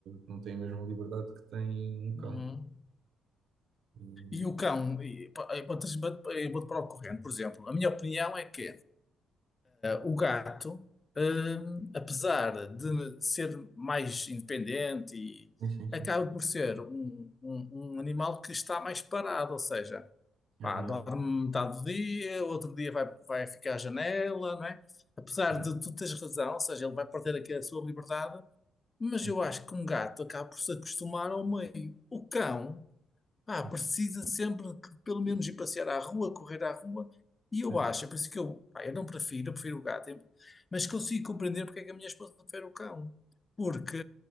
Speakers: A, on the right; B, on the left.
A: não tem a mesma liberdade que tem um cão.
B: Uhum.
A: E-
B: E o cão, e, pá, eu botas- bot- eu vou-te para o corrente, por exemplo. A minha opinião é que O gato, hum, apesar de ser mais independente, e-
A: Sim, sim, sim,
B: acaba por ser um, um- um animal que está mais parado, ou seja,
A: é
B: pá,
A: verdade.
B: dorme metade do dia, outro dia vai, vai ficar à janela, não é? Apesar
A: Pois é,
B: de tu teres razão, ou seja, ele vai perder aqui a sua liberdade, mas
A: sim,
B: eu acho que um gato acaba por se acostumar ao meio. O cão ah,
A: sim.
B: precisa sempre que pelo menos ir passear à rua, correr à rua. E eu
A: Pois é.
B: acho, é por isso que eu, pá, eu não prefiro, eu prefiro o gato, eu- mas consigo compreender porque é que a minha esposa prefere o cão. Porque